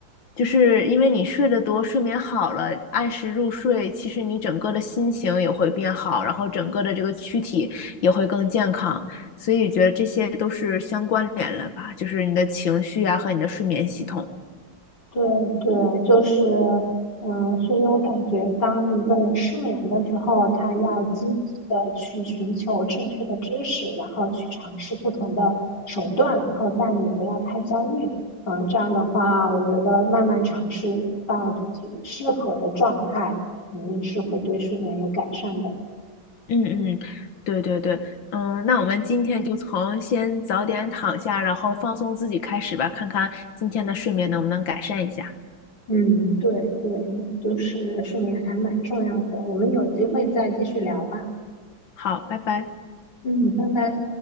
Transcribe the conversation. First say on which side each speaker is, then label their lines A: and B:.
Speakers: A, on the left; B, on the left.
A: 就是因为你睡得多，睡眠好了，按时入睡，其实你整个的心情也会变好，然后整个的这个躯体也会更健康。所以觉得这些都是相关联了吧，就是你的情绪啊和你的睡眠系统。
B: 对对，就是，嗯、所以我感觉，当一个人失眠的时候，他要积极的去寻求正确的知识，然后去尝试不同的手段，然后但也不要太焦虑。嗯、这样的话，我觉得慢慢尝试到自己适合的状态，肯定是会对睡眠有改善的。
A: 嗯嗯，对对对，嗯，那我们今天就从先早点躺下，然后放松自己开始吧，看看今天的睡眠能不能改善一下。
B: 嗯，对对，就是睡眠还蛮重要的。我们有机会再继续聊吧。
A: 好，拜拜。
B: 嗯，拜拜。